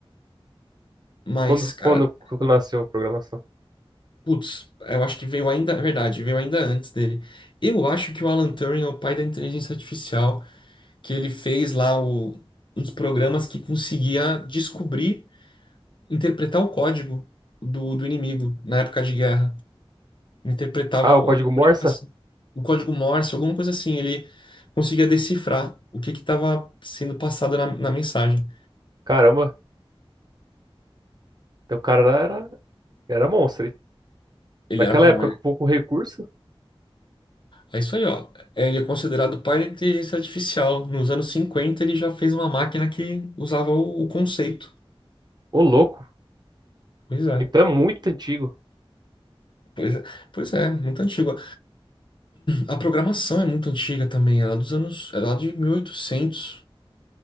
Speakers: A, on the left; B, on the right.
A: Mas,
B: Quando,
A: cara,
B: quando, quando nasceu a programação?
A: Putz, eu acho que veio ainda, é verdade, veio ainda antes dele. Eu acho que o Alan Turing é o pai da inteligência artificial, que ele fez lá o, uns programas que conseguia descobrir, interpretar o código do, do inimigo na época de guerra. Interpretava
B: Ah,
A: o-
B: o código
A: a comunicação,
B: Morse?
A: o código Morse, alguma coisa assim. Ele conseguia decifrar o que que estava sendo passado na, na mensagem.
B: Caramba, então o cara era, era monstro, hein?
A: Ele
B: Naquela
A: era bom,
B: época, com pouco recurso?
A: É isso aí, ó. Ele é considerado pai da inteligência artificial. Nos anos 50, ele já fez uma máquina que usava o, o conceito.
B: Ô, louco.
A: Pois é.
B: Então é muito antigo.
A: Pois é, pois é, muito antiga. A programação é muito antiga também, ela é dos anos, ela é lá de 1800.